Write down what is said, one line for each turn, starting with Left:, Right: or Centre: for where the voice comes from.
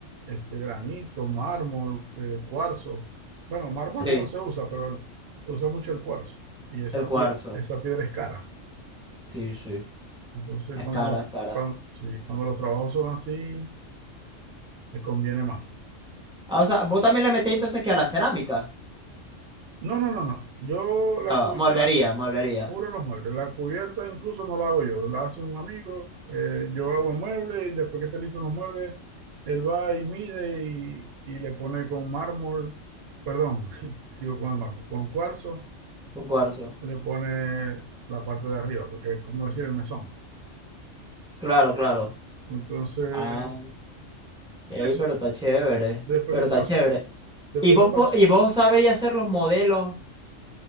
Right: este, granito, mármol, eh, cuarzo. Bueno, mármol
Centre: Sí,
Right: ya no se usa, pero se usa mucho el cuarzo. Y esa,
Centre: el cuarzo.
Right: pie- esa piedra es cara.
Centre: Sí, sí.
Right: Entonces,
Centre: Es
Right: cuando
Centre: cara,
Right: los,
Centre: es cara.
Right: cuan- sí, cuando, los trabajos son así, te conviene más.
Centre: Ah, o sea, vos también le metí entonces que a la cerámica.
Right: No, no, no, no. Yo la,
Centre: No,
Right: cu-
Centre: mueblería,
Right: la-
Centre: mueblería.
Right: Puro los muebles. La cubierta incluso no la hago yo, la hace un amigo. eh, yo hago el mueble y después que esté listo los muebles, él va y mide y, y le pone con mármol, perdón, <laughs> sigo con el mármol, con cuarzo,
Centre: Un cuarzo.
Right: le pone la parte de arriba, porque es como decir el mesón.
Centre: Claro, claro.
Right: Entonces,
Centre: Ah, ey,
Right: eso.
Centre: pero está chévere.
Right: Después
Centre: Pero
Right: te paso,
Centre: está chévere.
Right: después
Centre: ¿Y vos,
Right: te paso.
Centre: vos- y vos sabéis hacer los modelos,